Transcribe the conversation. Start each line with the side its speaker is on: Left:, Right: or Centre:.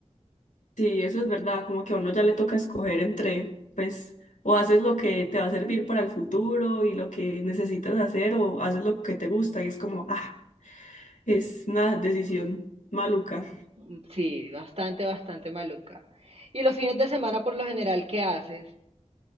Left: sí, eso es verdad, como que a uno ya le toca escoger entre, pues, o haces lo que te va a servir para el futuro y lo que necesitas hacer, o haces lo que te gusta y es como, ah, es una decisión maluca.
Right: Mm, Sí, bastante, bastante maluca. ¿Y los fines de semana por lo general qué haces?